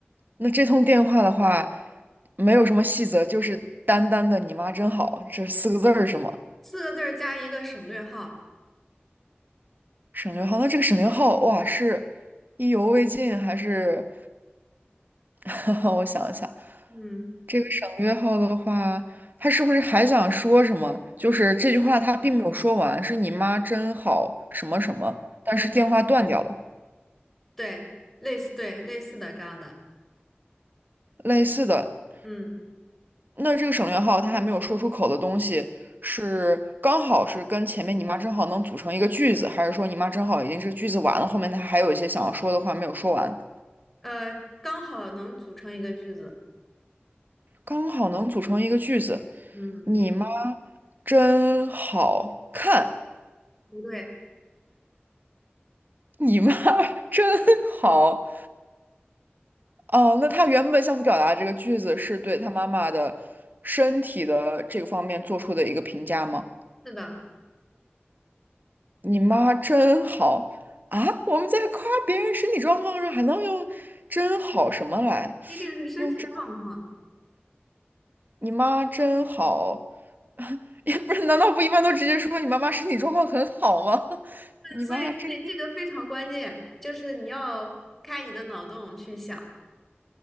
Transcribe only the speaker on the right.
那这通电话的话，没有什么细则，就是单单的“你妈真好”这四个字儿是吗？
省略号，那这个省略号，哇，是意犹未尽还是？<laughs> 我想一想，
这个省略号的话，他是不是还想说什么？就是这句话他并没有说完，是你妈真好什么什么，但是电话断掉了。
类似的，
那这个省略号他还没有说出口的东西，是刚好是跟前面你妈真好能组成一个句子，还是说你妈真好已经是句子完了，后面他还有一些想要说的话没有说完，
刚好能组成一个句子。
你妈真好看，
你妈 <laughs> 真好。哦，那他原本想表达这个句子是对他妈妈的身体的这个方面做出的一个评价吗？
你妈真好啊！我们在夸别人身体状况的时候，还能用“真好”什么来？
用“真”，你妈真好，<laughs> 也不是？难道不一般都直接说你妈妈身体状况很好吗？<laughs> 你妈真，